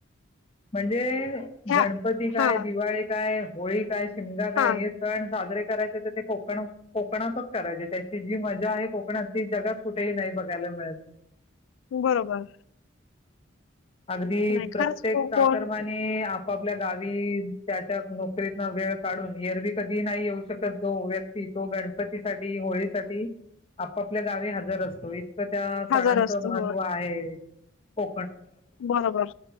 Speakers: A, on the left; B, on the left.
A: म्हणजे.
B: ह्या
A: गणपती काय,
B: हा
A: दिवाळी काय, होळी काय, शिमगा
B: हा
A: काय हे सण साजरे. करायचे तर ते कोकण कोकणातच करायचे त्याची जी मजा आहे कोकणात ती जगात कुठेही नाही बघायला मिळत.
B: बरोबर
A: अगदी
B: नाही
A: प्रत्येक.
B: खरंच को
A: का
B: कोण
A: कर्माने आपापल्या गावी, त्याच्या नोकरीतन वेळ काढून एरवी कधी नाही येऊ शकत जो व्यक्ती, तो गणपती साठी होळीसाठी आपापल्या गावी हजर असतो. तर त्या
B: हजार
A: सणांचं
B: असतो
A: महत्व
B: होय
A: आहे. हो.
B: बरोबर,